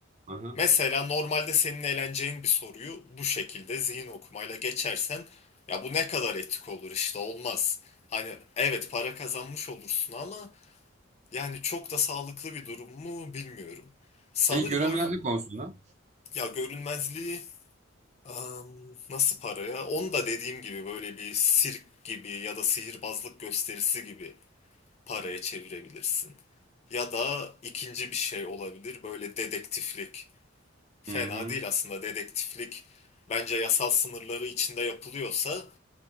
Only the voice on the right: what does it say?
Hı hı.
Peki görünmezlik
konusunda.
Hı hı.